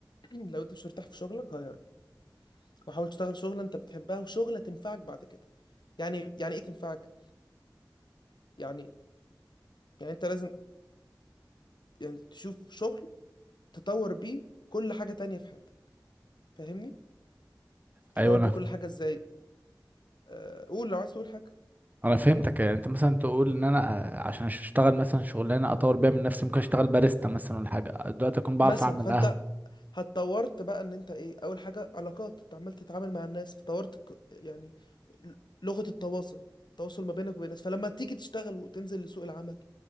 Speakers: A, on the left (about 75°); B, on the right (about 20°).
A: <clears throat> لو انت مش مرتاح في شغلك غيره وحاول تشتغل شغلة انت بتحبها وشغلة تنفعك بعد كده يعني يعني ايه تنفعك يعني يعني انت لازم يعني تشوف شغل تطور بيه كل حاجة تانية في حياتك فاهمني تطور
B: ايوه انا
A: بيه كل حاجة ازاي أه قول لو عايز تقول حاجة
B: انا فهمتك يعني انت مثلا تقول ان انا آه، عشان اشتغل مثلا شغلانه اطور بيها من نفسي ممكن اشتغل باريستا مثلا ولا حاجه دلوقتي اكون بعرف
A: مثلا
B: اعمل
A: فانت
B: قهوه
A: هتطورت بقى ان انت ايه اول حاجه علاقات انت عمال تتعامل مع الناس فطورت ك- يعني ل- لغه التواصل التواصل ما بينك وبين الناس فلما تيجي تشتغل وتنزل لسوق العمل